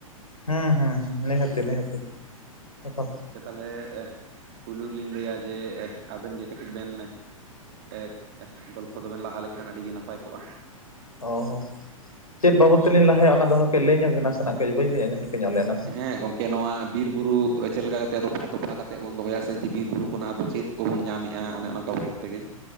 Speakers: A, on the left (about 80°); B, on the right (about 45°).
A: ᱦᱩᱸ ᱦᱩᱸ ᱦᱩᱸ ᱱᱤᱦᱟᱹᱛᱤ ᱱᱤᱦᱟᱹᱛᱤ ᱮᱠᱷᱟᱞ᱾
B: ᱥᱮ ᱛᱟᱦᱚᱞᱮ ᱯᱩᱭᱞᱩ ᱨᱮ ᱞᱤᱧ ᱞᱟᱹᱭᱟ ᱡᱮ ᱟᱵᱮᱱ ᱜᱮ ᱠᱟᱹᱴᱤᱡ ᱵᱮᱱ ᱮᱫᱽ ᱜᱚᱞᱯᱷᱚ ᱫᱚᱵᱮᱱ ᱞᱟᱦᱟ ᱞᱮᱠᱷᱟᱱ ᱟᱹᱰᱤᱜᱮ ᱱᱟᱯᱟᱭ ᱠᱚᱜᱼᱟ᱾
A: ᱚ ᱦᱚᱸ ᱪᱮᱫ ᱵᱟᱵᱚᱫ ᱛᱮᱞᱤᱧ ᱞᱟᱦᱟᱭᱟ ᱚᱱᱟ ᱫᱚ ᱠᱟᱹᱴᱤᱡ ᱞᱟᱹᱭ ᱧᱚᱜ ᱵᱮᱱ ᱱᱟᱥᱮᱱᱟᱜ ᱠᱟᱹᱡ ᱵᱟᱹᱧ ᱞᱟᱹᱭ ᱟᱸᱡᱚᱢ ᱴᱷᱤᱠᱟᱹ ᱧᱚᱜ ᱞᱮᱭᱟ᱾
B: ᱦᱮᱸ ᱜᱚᱢᱠᱮ ᱱᱚᱣᱟ ᱵᱤᱨ ᱵᱩᱨᱩ ᱪᱮᱞ ᱞᱮᱠᱟ ᱠᱟᱛᱮᱫ ᱨᱚᱯᱷᱟ ᱫᱚᱯᱷᱟ ᱠᱟᱛᱮᱫ ᱵᱚᱱ ᱫᱚᱦᱚᱭᱟ ᱥᱮ ᱡᱮ ᱵᱤᱨ ᱵᱩᱨᱩ ᱠᱷᱚᱱᱟᱜ ᱟᱵᱚ ᱪᱮᱫ ᱠᱚᱵᱚᱱ ᱧᱟᱢᱮᱜᱼᱟ ᱚᱱᱮ ᱚᱱᱟ ᱠᱚ ᱵᱟᱨᱮ ᱛᱮᱜᱮ᱾